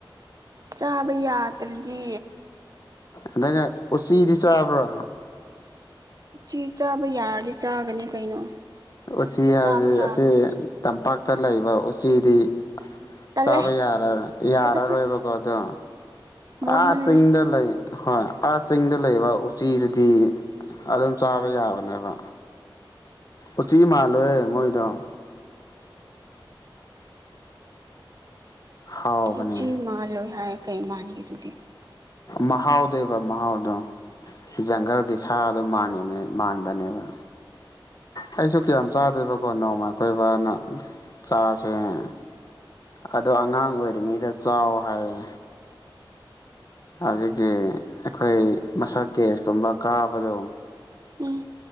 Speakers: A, on the right (about 45°); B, on the left (about 45°).
A: ꯆꯥꯕ ꯌꯥꯗ꯭ꯔꯗꯤ
B: ꯑꯗꯩꯅ ꯎꯆꯤꯗꯤ ꯆꯥꯕ꯭ꯔꯣ
A: ꯆꯦ ꯆꯥꯕ ꯌꯥꯔꯗꯤ ꯆꯥꯒꯅꯤ ꯀꯩꯅꯣ
B: ꯎꯆꯤ ꯍꯥꯏꯕꯁꯤ
A: ꯆꯥꯕ ꯌꯥꯕ꯭ꯔꯣ
B: ꯑꯁꯤ
A: ꯎꯆꯤꯕꯨ
B: ꯇꯝꯄꯥꯛꯇ ꯂꯩꯕ ꯎꯆꯤꯗꯤ
A: ꯇꯜꯂꯦ
B: ꯆꯥꯕ ꯌꯥꯔꯔ ꯌꯥꯔꯔꯣꯏꯕꯀꯣ
A: ꯇꯨꯀꯠꯆꯩ
B: ꯑꯗꯣ
A: ꯃꯣꯠꯃꯜꯂꯦ
B: ꯑꯥ ꯆꯤꯡꯗ ꯂꯩ ꯍꯣꯏ ꯑ ꯆꯤꯡꯗ ꯂꯩꯕ ꯎꯆꯤꯗꯨꯗꯤ ꯑꯗꯨꯝ ꯆꯥꯕ ꯌꯥꯕꯅꯦꯕ ꯎꯆꯤ ꯃꯥꯜꯂꯣꯦ ꯃꯣꯏꯗꯣ ꯍꯥꯎꯕꯅꯦ
A: ꯎꯆꯤ ꯃꯥꯜꯂꯣꯏ ꯍꯥꯏ ꯀꯩ ꯃꯥꯟꯈꯤꯗꯨꯗꯤ
B: ꯃꯍꯥꯎꯗꯕ ꯃꯍꯥꯎꯗꯣ ꯖꯪꯒꯜꯒꯤ ꯁꯥꯗꯣ ꯃꯥꯟꯕꯅꯦꯕ ꯑꯩꯁꯨ ꯀꯌꯥꯝ ꯆꯥꯗꯦꯕꯀꯣ ꯅꯣꯡꯃ ꯑꯩꯈꯣꯏꯕꯅ ꯆꯥꯥꯁꯦꯅ ꯑꯗꯣ ꯑꯉꯥꯡ ꯑꯣꯏꯔꯤꯉꯩꯗ ꯆꯥꯎ ꯍꯥꯏꯌꯦ ꯑꯗꯨꯗꯒꯤ ꯑꯩꯈꯣꯏ ꯃꯁꯛ ꯀꯦꯁꯀꯨꯝꯕ ꯀꯥꯕꯗꯣ
A: ꯎꯝ